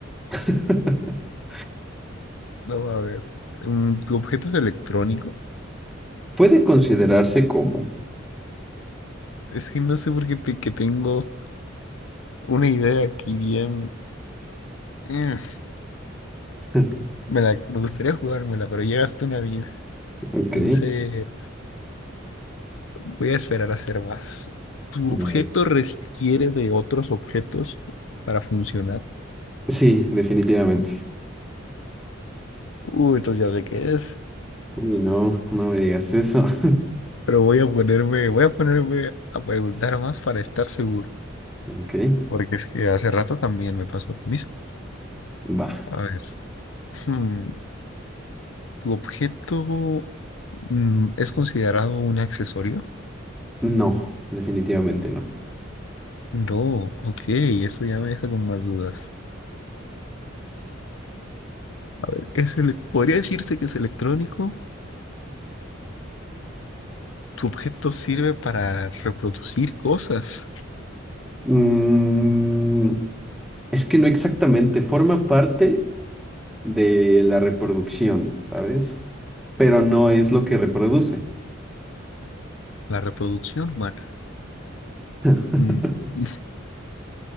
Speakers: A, in the centre; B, on the left.
A: <laughs>
B: No, a ver. mm, ¿Tu objeto es electrónico?
A: Puede considerarse como.
B: Es que no sé por qué te- que tengo una idea aquí bien. Mm,
A: <laughs>
B: Me la, me gustaría jugármela, pero ya gasté una vida.
A: Ok.
B: Entonces voy a esperar a hacer más. ¿Tu objeto
A: Eh,
B: requiere de otros objetos para funcionar?
A: Sí, definitivamente.
B: Uy, entonces ya sé qué es.
A: Uy, no, no me digas eso. <laughs>
B: Pero voy a ponerme, voy a ponerme a preguntar más para estar seguro.
A: Ok,
B: Porque es que hace rato también me pasó lo mismo.
A: va.
B: A ver. hmm, ¿Tu objeto mm, es considerado un accesorio?
A: No, definitivamente no.
B: No, ok, eso ya me deja con más dudas. A ver, es ele- ¿podría decirse que es electrónico? ¿Tu objeto sirve para reproducir cosas?
A: Mm, es que no exactamente, forma parte de la reproducción, ¿sabes? Pero no es lo que reproduce.
B: La reproducción humana.
A: <laughs>
B: Mm, <laughs>